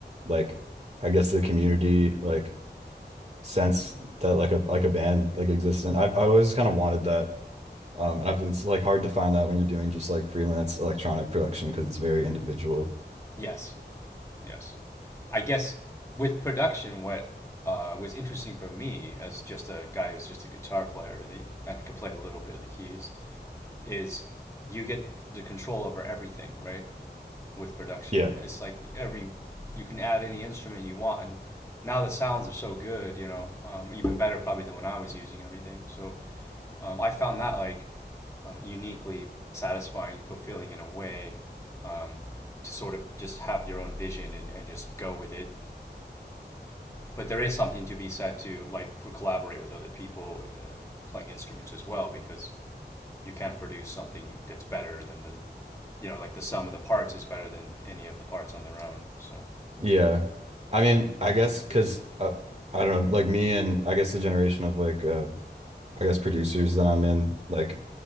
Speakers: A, on the right (about 40°); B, on the left (about 15°).
A: like I guess the community like sense that like a like a band like exists and I've I always kind of wanted that. Um, and I've, it's like hard to find that when you're doing just like freelance electronic production because it's very individual.
B: Yes, yes. I guess with production, what uh, was interesting for me as just a guy who's just a guitar player really, and can play a little bit of the keys is you get the control over everything, right? with production.
A: Yeah,
B: It's like every you can add any instrument you want, and now the sounds are so good, you know, um, even better probably than when I was using everything. So um, I found that like uh, uniquely satisfying, fulfilling in a way um, to sort of just have your own vision and, and just go with it. But there is something to be said to like for collaborate with other people uh, playing instruments as well because you can produce something that's better than the you know like the sum of the parts is better than any of the parts on their own. So.
A: Yeah. I mean, I guess because I, I don't know, like me and I guess the generation of like uh I guess producers that I'm in, like